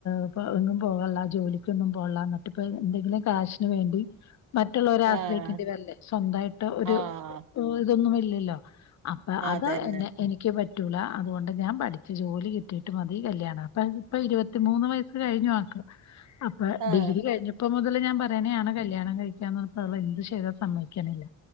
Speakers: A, on the left; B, on the right.
A: ഇപ്പ എങ്ങും പോകൾള്ള ജോലിക്കൊന്നും പോൾള്ള എന്നിട്ട് ഇപ്പ എന്തെങ്കിലും കാശിന് വേ <unintelligible> മറ്റുള്ളവരെ ആശ്രയിക്കേണ്ടി
B: ആഹ്
A: വരില്ലേ സ്വന്തായിട്ട് ഒരു
B: ആഹ്
A: ങ് ഇതൊന്നും ഇല്ലല്ലോ അപ്പൊ അത്
B: അതന്നെ
A: എന്നെ എനിക്ക് പറ്റ് റ്റൂലാ അതുകൊണ്ട് ഞാൻ പഠിച്ച് ജോലി കിട്ടിയിട്ട് മതി കല്ല്യാണം അപ്പ ഇപ്പൊ ഇരുപത്തിമൂന്ന് വയസ് കഴിഞ്ഞു ആക്ക് <unintelligible> അപ്പൊ
B: ആഹ്
A: ഡിഗ്രി കഴിഞ്ഞപ്പോ മുതല് ഞാൻ പറയനെയാണ് കല്ല്യാണം കഴിക്കാന്നോർത്ത് അവള് എന്ത് ചെയ്താ സമ്മ ക്കണില്ല